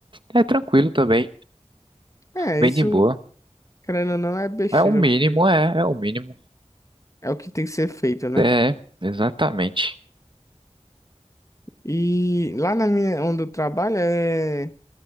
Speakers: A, on the right; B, on the left.
A: é tranquilo também,
B: É,
A: bem
B: isso,
A: de boa.
B: querendo ou não, é besteira,
A: É o mínimo,
B: porque
A: é, é o mínimo.
B: é o que tem que ser feito, né?
A: É, exatamente.
B: E lá na minha, onde eu trabalho, é,